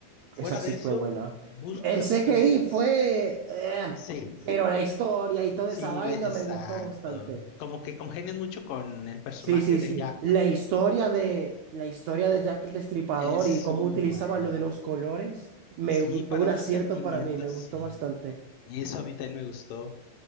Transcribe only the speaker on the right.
esa sí
fue buena.
El
CGI
fue... eh,
pero la historia y toda
esa vaina
me gustó bastante.
Sí, sí,
sí.
La historia de, la historia de Jack el Destripador
y cómo
utilizaba
lo de los colores me,
fue
un
acierto
para mí, me gustó
bastante.